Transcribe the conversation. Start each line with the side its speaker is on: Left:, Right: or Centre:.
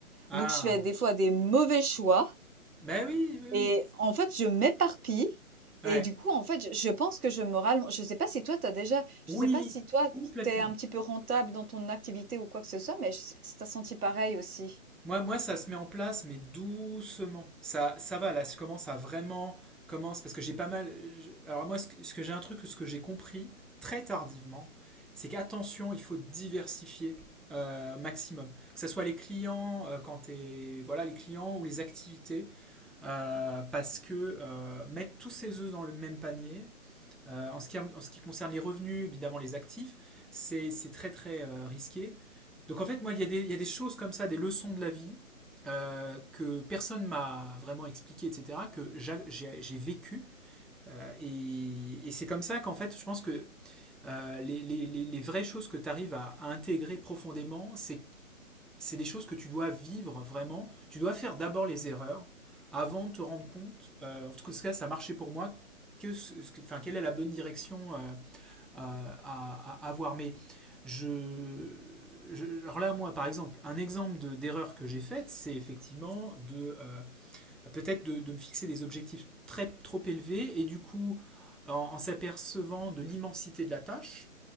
Centre: Ah.
Right: Donc je fais des fois des mauvais choix
Centre: Ben oui, oui,
Right: et
Centre: oui.
Right: en fait, je m'éparpille
Centre: Ouais.
Right: et du coup, en fait, je je pense que je me rallonge. Je sais pas si toi, t'as déjà,
Centre: Oui,
Right: je sais pas si toi,
Centre: complètement.
Right: t'es un petit peu rentable dans ton activité ou quoi que ce soit, mais je sais pas si t'as senti pareil aussi.
Centre: Moi, moi, ça se met en place, mais doucement. Ça, ça va, là, je commence à vraiment commence parce que j'ai pas mal. je- Alors moi, ce que, ce que j'ai un truc, ce que j'ai compris très tardivement, c'est qu'attention, il faut diversifier euh, maximum. Que ce soit les clients, euh, quand t'es, voilà, les clients ou les activités, euh, parce que euh, mettre tous ses œufs dans le même panier, euh, en, ce qui, en ce qui concerne les revenus, évidemment les actifs, c'est c'est très très euh, risqué. Donc en fait, moi, il y a des, il y a des choses comme ça, des leçons de la vie euh, que personne m'a vraiment expliqué, etc., que j'a- j'ai j'ai vécu. Euh, et et c'est comme ça qu'en fait, je pense que euh, les, les- les- les vraies choses que tu arrives à, à intégrer profondément, c'est c'est des choses que tu dois vivre vraiment. Tu dois faire d'abord les erreurs avant de te rendre compte, euh, en tout cas ça a marché pour moi, que, ce- ce que- enfin, quelle est la bonne direction euh, à, à, à avoir. Mais je, je, alors là, moi, par exemple, un exemple de- d'erreur que j'ai faite, c'est effectivement de euh, peut-être de, de me fixer des objectifs très trop élevés et du coup, en, en s'apercevant de l'immensité de la tâche,